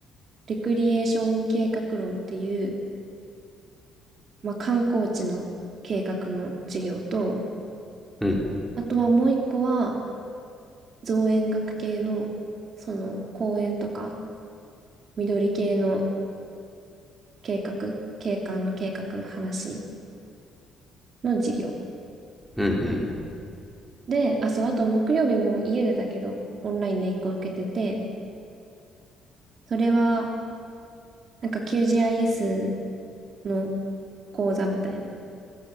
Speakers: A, on the right; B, in the centre.
A: レクリエーション計画論っていう、まあ、観光地の計画の事業と、
B: うん、うん、
A: あとはもう一個は、造園学系の、その、公園とか、緑系の計画、景観の計画の話の事業。
B: うん。
A: で、あ、そう、あと木曜日も家でだけど、オンラインで一個受けてて、それは、なんか QGIS の講座みたいな。